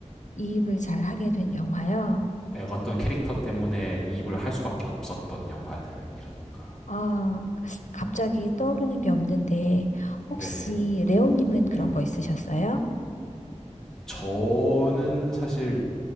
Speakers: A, on the left; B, in the centre.
A: 이입을 잘 하게 된 영화요.
B: 예, 어떤 캐릭터 때문에 이입을 할 수밖에 없었던 영화들이라던가.
A: 아, 갑자기 떠오르는 게 없는데,
B: 네네.
A: 혹시 레오님은
B: 네네.
A: 그런 거 있으셨어요?
B: 저는 사실